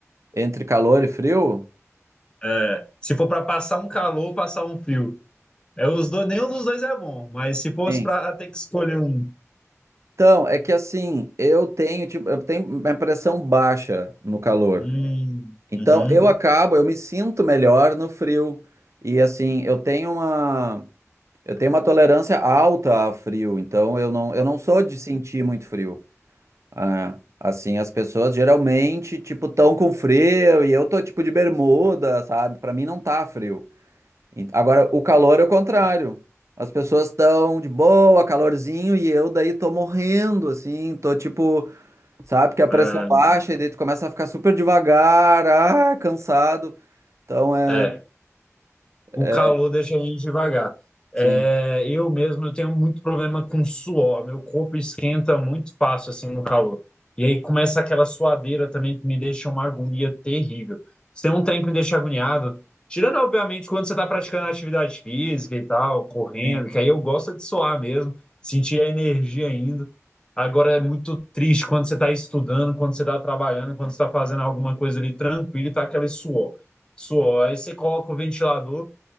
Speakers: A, on the right; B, on the left.
A: entre calor e frio.
B: É, se for para passar um calor, passar um frio. É, os dois, nenhum dos dois é bom. Mas se fosse
A: Sim.
B: para ter que escolher um.
A: Então, é que assim, eu tenho, tipo, eu tenho minha pressão baixa no calor.
B: Hum,
A: Então,
B: uhum.
A: eu Uhum. acabo, eu me sinto melhor no frio. E assim, eu tenho uma, eu tenho uma tolerância alta a frio, então eu não, eu não sou de sentir muito frio. Ah, assim, as pessoas geralmente, tipo, tão com frio e eu tô tipo de bermuda, sabe? Pra mim não tá frio. E- Agora, o calor é o contrário. As pessoas estão de boa, calorzinho, e eu daí tô morrendo, assim, tô tipo, sabe, que a pressão
B: É,
A: baixa e daí tu começa a ficar super devagar, ah, cansado. Então é,
B: é. o
A: é
B: calor deixa a gente devagar.
A: sim,
B: É, eu mesmo eu tenho muito problema com suor, meu corpo esquenta muito fácil assim no calor. E aí começa aquela suadeira também que me deixa uma agonia terrível. Se tem um trem que me deixa agoniado, tirando obviamente quando você está praticando atividade física e tal, correndo,
A: sim,
B: que aí eu gosto de suar mesmo, sentir a energia ainda. Agora é muito triste quando você está estudando, quando você está trabalhando, quando você está fazendo alguma coisa ali tranquilo e tá aquele suor. Suor. Aí você coloca o ventilador.